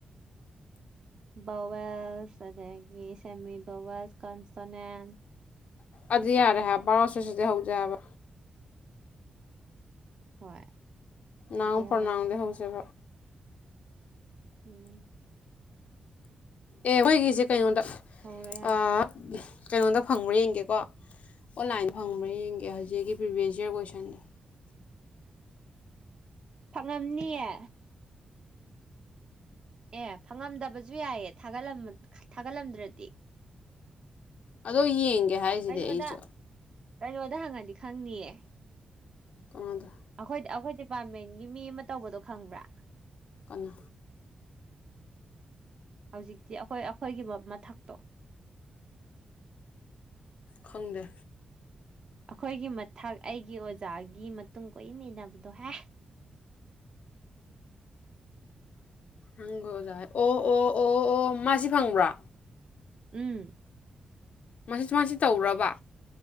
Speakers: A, on the right (about 40°); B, on the left (about 70°).
A: ꯕꯋꯦꯜꯁ ꯑꯗꯒꯤ ꯁꯦꯃꯤ ꯕꯋꯦꯜꯁ ꯀꯟꯁꯇꯣꯅꯦꯟ
B: ꯑꯗꯨ ꯌꯥꯔ ꯍꯥꯏ ꯕꯥꯔꯁ ꯍꯧ ꯌꯥꯕ
A: ꯍꯣꯏ
B: ꯅꯥꯎ
A: ꯑꯗꯩ
B: ꯄ꯭ꯔꯔꯅꯥꯎꯗ
A: ꯍꯧꯔꯁꯤ
B: ꯍꯧꯖꯕ
A: ꯎꯝ
B: ꯑꯦ ꯍꯣꯏꯒꯤꯁꯦ ꯀꯩꯅꯣꯗ
A: ꯍꯧꯔꯣ ꯌꯥꯔꯦ
B: ꯑ ꯀꯩꯅꯣꯗ ꯐꯪꯕ꯭ꯔꯥ ꯌꯦꯡꯒꯦꯀꯣ ꯑꯣꯟꯂꯥꯏꯟꯗ ꯐꯪꯕ꯭ꯔꯥ ꯌꯦꯡꯒꯦ ꯍꯧꯖꯤꯛꯀꯤ ꯄ꯭ꯔꯤꯚꯤꯁ ꯌꯥꯔ ꯀꯣꯏꯁꯟꯗꯣ
A: ꯐꯪꯉꯝꯅꯤꯌꯦ ꯑꯦ ꯐꯪꯉꯝꯗꯕꯁꯨ ꯌꯥꯏꯌꯦꯥ ꯊꯥꯒꯠꯂꯝꯗ꯭ꯔꯗꯤ
B: ꯑꯗꯣ ꯌꯦꯡ ꯀꯦ ꯍꯥꯏꯁꯤꯗꯤ
A: ꯀꯩꯅꯣꯗ
B: ꯑꯩꯁꯨ
A: ꯀꯩꯅꯣꯗ ꯍꯪꯉꯟꯗꯤ ꯈꯪꯅꯤꯌꯦ
B: ꯀꯅꯥꯗ
A: ꯑꯩꯈꯣꯏ ꯑꯩꯈꯣꯏ ꯗꯤꯄꯥꯔꯠꯃꯦꯟꯒꯤ ꯃꯤ ꯑꯃ ꯇꯧꯕꯗꯣ ꯈꯪꯕ꯭ꯔꯥ?
B: ꯀꯅꯥ
A: ꯍꯧꯖꯤꯛꯇꯤ ꯑꯩꯈꯣꯏ ꯑꯩꯈꯣꯏꯒꯤ ꯃꯊꯛꯇꯣ
B: ꯈꯪꯗꯦ
A: ꯑꯩꯈꯣꯏꯒꯤ ꯃꯊꯛ ꯑꯩꯒꯤ ꯑꯣꯖꯥꯒꯤ ꯃꯇꯨꯡ ꯀꯣꯏꯟ ꯏꯟꯅꯕꯗꯣ ꯍꯦ
B: ꯍꯪꯒꯣ ꯑꯣꯖꯥ ꯑꯣ ꯑꯣ ꯑꯣ ꯑꯣ ꯃꯥꯁꯤ ꯐꯪꯕ꯭ꯔꯣ
A: ꯎꯝ
B: ꯃꯁꯤ ꯃꯥꯁꯤ ꯇꯧꯕ꯭ꯔꯥꯕ